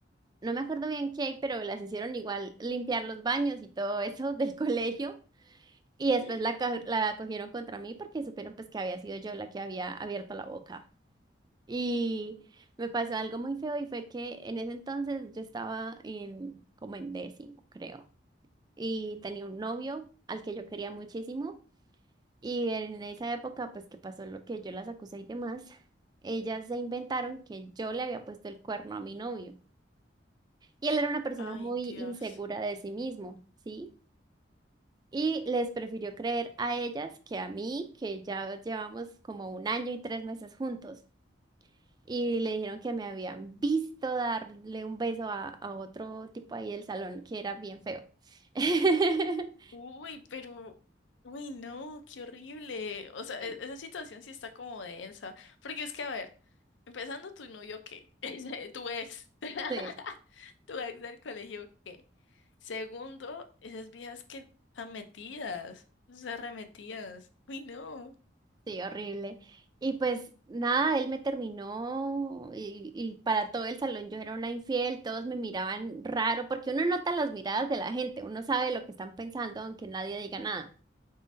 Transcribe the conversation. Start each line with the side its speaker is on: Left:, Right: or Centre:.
Right: no me acuerdo bien qué, pero las hicieron igual limpiar los baños y todo eso <laughs> del colegio. Y después
Left: Ujú.
Right: la, ca- la cogieron contra mí porque supieron pues que había sido yo la que había abierto la boca. Y me pasó algo muy feo y fue que en ese entonces yo estaba en como en décimo, creo. Y tenía un novio al que yo quería muchísimo. Y en esa época pues que pasó lo que yo las acusé y demás, ellas se inventaron que yo le había puesto el cuerno a mi novio. Y él era una persona
Left: Ay,
Right: muy
Left: Dios.
Right: insegura de sí mismo, ¿sí? Y les prefirió creer a ellas que a mí, que ya llevamos como un año y tres meses juntos. Y le dijeron que me habían visto darle un beso a, a otro tipo ahí del salón que era bien feo. <laughs>
Left: Uy, pero... Uy, no, qué horrible. O sea,
Right: Sí.
Left: e- esa situación sí está como densa. Porque es que, a ver, empezando tu novio, ¿qué? <laughs> Ese, Tu ex. <laughs>
Right: Sí.
Left: Tu ex del colegio, ¿qué? Segundo, esas viejas que están metidas, esas arremetidas. Uy, no.
Right: Sí, horrible. Y pues nada, él me terminó y, y para todo el salón yo era una infiel, todos me miraban raro, porque uno nota las miradas de la gente, uno sabe lo que están pensando aunque nadie diga nada.